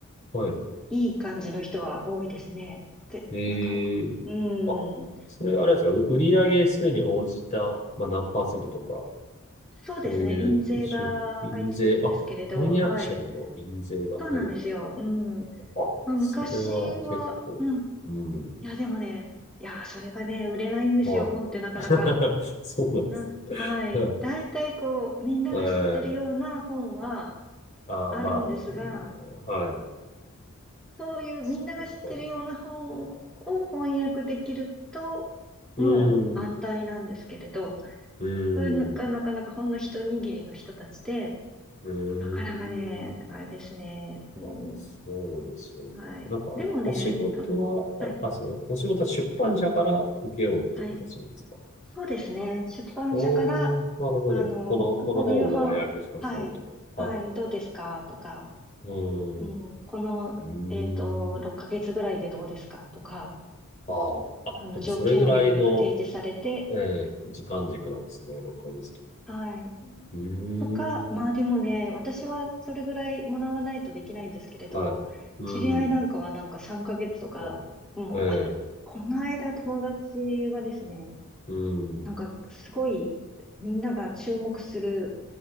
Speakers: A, on the left (about 35°); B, in the centre.
A: はい。
B: いい感じの人は多いですね。で、
A: ええ
B: なんかほか、うーん。
A: あ、それあれですか。う売上数に応じた、まあ、何パーセントとか、
B: そうですね。
A: そういう、
B: 印税が入ってくるんですけれど、
A: し印税、あ、翻訳者にも印税が入るってこ
B: はい。そうなんですよ。うん。
A: とか。あ、
B: まあ、
A: それは結構、
B: 昔は、うん。
A: うん。
B: いや、でもね、いや、それがね、売れないんですよ、
A: はい。
B: 本ってなかなか。
A: <laughs> そうなんですね。
B: なん、はい。
A: <laughs>
B: 大体こう、みんなが知ってるような本は
A: ええああ、
B: あるんですが、
A: まあ、うんはい。
B: そういうみんなが知ってるような本を翻訳できると、
A: そっかそっか。う
B: もう安泰なんですけれど、
A: ん。う
B: これがなかなかほんの一握りの人たちで、
A: ん。うん。
B: なかなかね、あれですね。
A: まあ、
B: うん、
A: そうですよね。
B: はい。
A: なんか、
B: でもね、
A: お仕事は、
B: 楽し、はい、
A: あ、あ、そうや、お仕事は出版社から請け負うって形なんですか
B: はい。そうですね。出版社から、
A: おー、なるほど。
B: あの、
A: この、この本の和訳しかサイト。
B: この夕飯、はい、
A: はい。
B: はい、どうですかとか、
A: うーん。
B: うん、この、
A: うーん。
B: えっと、6ヶ月ぐらいでどうですかとか、
A: ああ、あ、
B: あの、
A: でもそれぐらいの、
B: 条件をいろいろ提示されて、
A: えー時間軸なんですね、録音室とか。
B: はい。
A: うーん。
B: とか、まあでもね、私はそれぐらいもらわないとできないんですけれど、
A: はい。うーん。
B: 知り合いなんかはなんか3ヶ月とか、
A: は
B: もう、
A: い。
B: あ、
A: ええ
B: この間友達はですね、
A: うーん。
B: なんかすごいみんなが注目する